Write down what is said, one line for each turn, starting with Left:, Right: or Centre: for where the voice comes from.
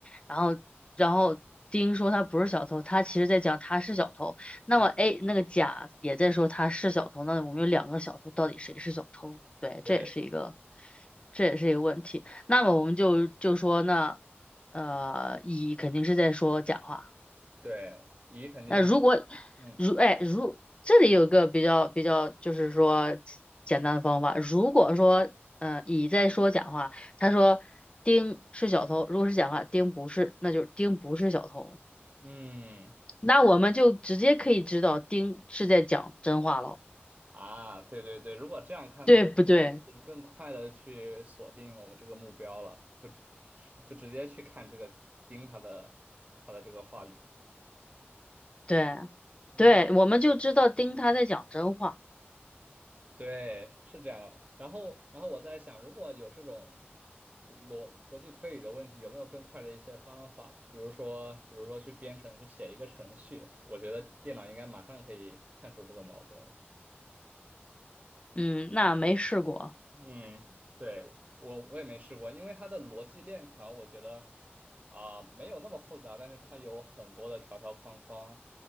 Left: 然后然后丁说他不是小偷，他其实在讲他是小偷，那么
Right: 嗯，
Left: A 那个甲也在说他是小偷，那我们有两个小偷，到底谁是小偷？对，这也是一个
Right: 对
Left: 这也是一个问题。那么我们就就说那呃乙肯定是在说假话。
Right: 对，乙肯定，
Left: 那如果
Right: 嗯
Left: 如哎如这里有个比较比较就是说简单的方法，如果说嗯，乙在说假话，他说丁是小偷，如果是假话，丁不是，那就是丁不是小偷，
Right: 嗯。
Left: 那我们就直接可以知道丁是在讲真话喽。
Right: 啊，对对对，如果这样看的话，
Left: 对不对？
Right: 可以更快的去锁定我们这个目标了，就直就直接去看这个盯它的它的这个话语。
Left: 对，
Right: 嗯，
Left: 对，我们就知道丁他在讲真话。
Right: 对，是这样的然后，然后我在想，如果有这种逻逻辑推理的问题，有没有更快的一些方法？比如说，比如说去编程，去写一个程序，我觉得电脑应该马上可以看出这个矛盾。
Left: 嗯，那没试过。
Right: 嗯，对，我我也没试过，因为它的逻辑链条，我觉得啊、没有那么复杂，但是它有很多的条条框框，